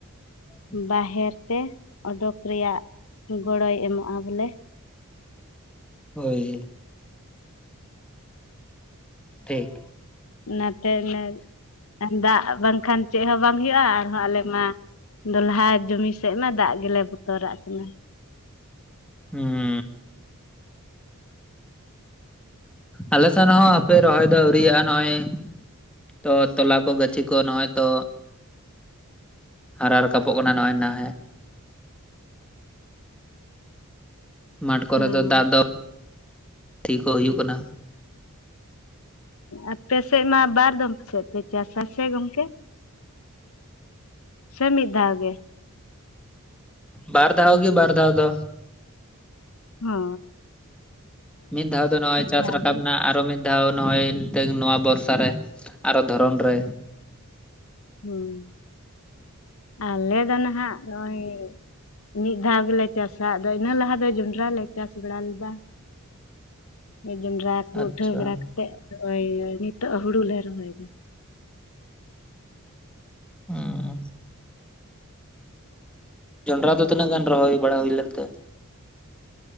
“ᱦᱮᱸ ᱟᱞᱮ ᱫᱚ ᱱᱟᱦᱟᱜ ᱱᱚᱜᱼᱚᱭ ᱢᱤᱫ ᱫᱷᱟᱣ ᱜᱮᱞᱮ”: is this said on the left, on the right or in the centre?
Left